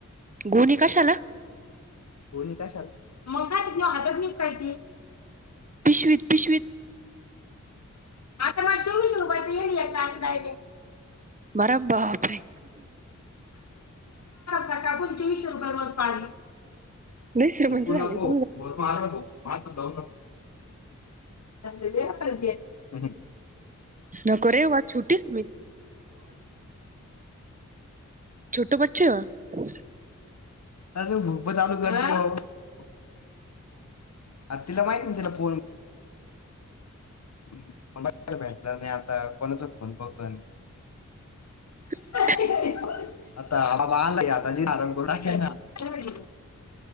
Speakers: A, on the right; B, on the left.
A: गोणी कशाला?
B: गोणी कशाला? मग काय हातात निऊ काय ते?
A: पिशवीत-पिशवीत.
B: आता मला चोवीस रूपायच. <unintelligible>
A: मरा ब्बाप रे!
B: <unintelligible>
A: लय श्रीमंत
B: थुंकु
A: झालाय
B: नको
A: तुम्ही
B: मोठा आहे ना तु! माझ जाव नको. <unintelligible>
A: नको रे वा छोटीच मी छोट <unintelligible>
B: अरे तो भूप चालू कर जो अत तीला माहिती तीला फोन <unintelligible> नाही आता कोणाचा फोन बघल
A: <unintelligible>
B: <unintelligible> आता हा बघ आता की तीन हजार